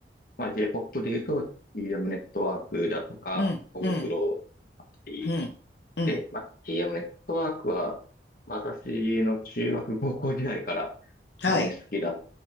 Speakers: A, on the left; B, on the left.
A: まあ J-POP で言うと TM ネットワークだとか、
B: うん、
A: コブクロだったり
B: うん、うん、うん。
A: で、まあ TM ネットワークは、私の中学高校時代から
B: はい。
A: えー好きだっ